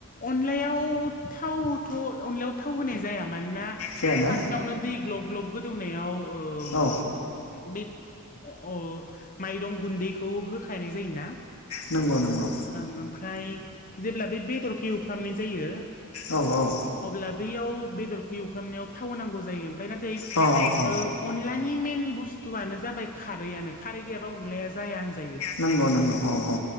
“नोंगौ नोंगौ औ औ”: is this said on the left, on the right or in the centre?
Left